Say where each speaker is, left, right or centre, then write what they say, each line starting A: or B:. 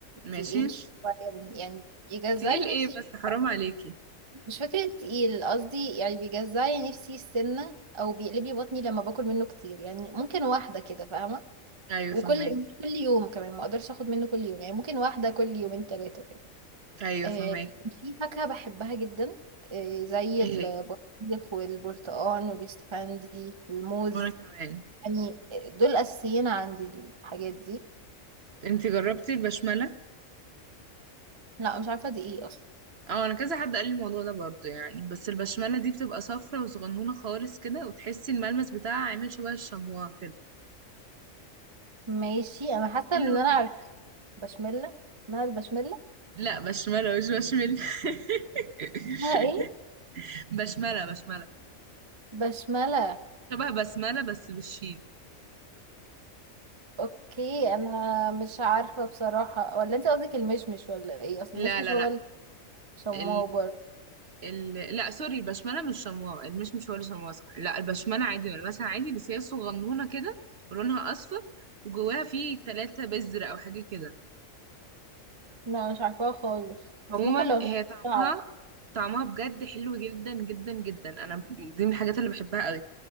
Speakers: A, on the right; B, on the right.
A: ماشي
B: تقيل شوية بن- يعني بيجزعلي
A: تقيل ايه
B: نفسي
A: بس حرام
B: شوية.
A: عليكي
B: مش فكرة تقيل قصدي يعني بيجزعلي نفسي السنة أو بيقلب لي بطني لما باكل منه كتير يعني ممكن واحدة كده فاهمة
A: ايوه
B: وكل
A: فهماكي
B: مش كل يوم كمان ما أقدرش أخد منه كل يوم يعني ممكن واحدة كل يومين تلاتة كده
A: ايوه
B: آه
A: فهماكي
B: في فاكهة بحبها جدا آه زي
A: ايه
B: البطيخ
A: هي
B: والبرتقال والاستفندي الموز
A: وانا كمان
B: يعني دول أساسيين عندي الحاجات دي
A: انتي جربتي البشمله
B: لا مش عارفة دي ايه أصلا
A: اه انا كذا حد قال لي الموضوع ده برضو يعني بس البشمله دي بتبقى صفرة وصغنونه خالص كده وتحسي الملمس بتاعها عامل شبه الشموع كده
B: ماشي أنا حاسة
A: حلوه
B: إن أنا
A: جدا
B: عارفة بشملة اسمها البشملة
A: لا بشمله مش بشمل <laughs>
B: اسمها ايه؟
A: بشمله بشمله
B: بشملة
A: شبه بسمله بس بالشين
B: اوكي انا مش عارفه بصراحه ولا انت قصدك المشمش ولا ايه اصل
A: لا
B: المشمش
A: لا
B: هو الشماوة
A: لا
B: برضه
A: ال... لا سوري البشمله مش شمواء مش مش هو اللي شمواء صح لا البشمله عادي ملمسها عادي بس هي صغنونه كده ولونها اصفر وجواها فيه تلاتة بذر او حاجه كده
B: لا مش عارفاها خالص بس
A: عموما
B: ممكن لو غبت
A: هي طعمها
B: اعرف
A: طعمها بجد حلو جدا جدا جدا انا دي من الحاجات اللي بحبها قوي